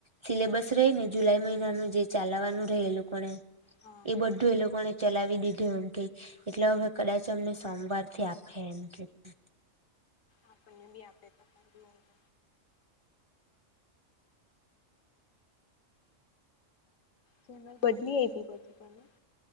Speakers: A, on the right; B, on the left.
A: સિલેબસ રહે ને જુલાઈ મહિનાનું જે ચાલવાનું રહે એ લોકોને
B: હા
A: એ બધું એ લોકોને ચલાવી દીધું એમ કઈ એટલે હવે કદાચ અમને સોમવાર થી આપે એમ કહે. <unintelligible>
B: આપણને પણ આપે. <unintelligible> જર્નલ બદલી આપી પછી તને.